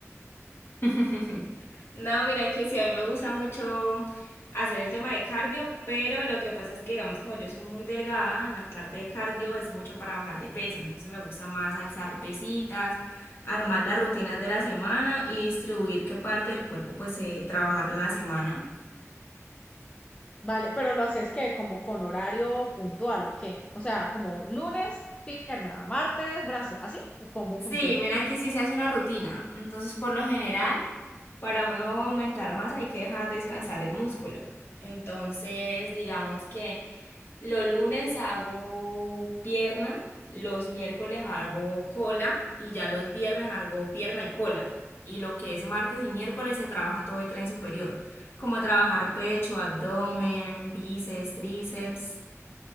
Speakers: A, on the left; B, on the left.
A: <laughs> No, mira que sí, a mí me gusta mucho hacer el tema de cardio, pero lo que pasa es que, digamos, como yo soy muy delgada, en la parte de cardio es mucho para bajar de peso, entonces me gusta más alzar pesitas, armar las rutinas de la semana y distribuir qué parte del cuerpo pues eh, trabajar en la semana.
B: Vale, pero lo haces que como con horario puntual o qué? O sea, como lunes, pierna, martes, brazo, así, ¿cómo
A: Sí,
B: funciona?
A: mira que sí se hace una rutina. Entonces, por lo general, para uno aumentar masa hay que dejar descansar el músculo. Entonces, digamos que los lunes hago pierna, los miércoles hago cola y ya los viernes hago pierna y cola. Y lo que es martes y miércoles se trabaja todo el tren superior, como trabajar pecho, abdomen, bíceps, tríceps.